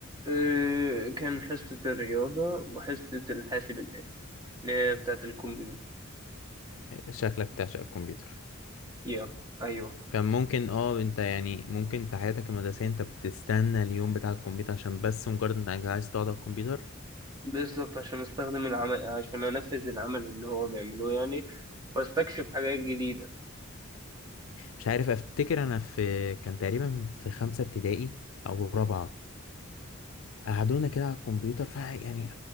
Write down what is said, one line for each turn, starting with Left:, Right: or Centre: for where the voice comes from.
Right: آه، كان حصة الرياضة وحصة الحاسب الآلي اللي هي بتاعة الكمبيوتر
Left: شكلك بتعشق الكمبيوتر
Right: يا أيوه
Left: كان ممكن اه انت يعني ممكن في حياتك المدرسيه انت بتستنى اليوم بتاع الكمبيوتر عشان بس مجرد انك عايز تقعد على الكمبيوتر
Right: بالظبط عشان أستخدم العمل عشان أنفذ العمل اللي هو بيعمله يعني وأستكشف حاجات جديدة
Left: مش عارف افتكر انا في كان تقريبا في خمسة ابتدائي او رابعة قعدونا كده على الكمبيوتر ف يعني